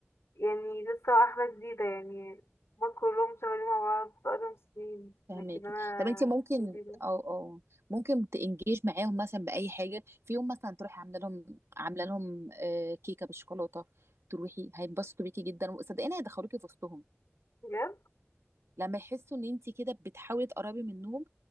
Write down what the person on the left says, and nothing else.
يعني لسه واحدة جديدة يعني هما كلهم شغالين مع بعض بقالهم سنين
لكن أنا
جديدة
بجد